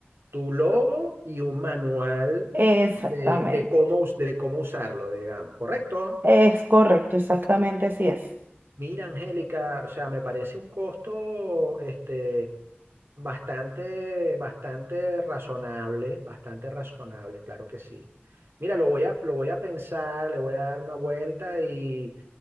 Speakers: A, on the right; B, on the right.
A: tu logo y un manual
B: Exactamente,
A: de, de cómo, us- de cómo usarlo, digamos, ¿correcto?
B: es correcto, exactamente así es.
A: Mira, Angélica, o sea, me parece un costo, este Bastante, bastante razonable, bastante razonable, claro que sí. Mira, lo voy a, lo voy a pensar, le voy a dar una vuelta y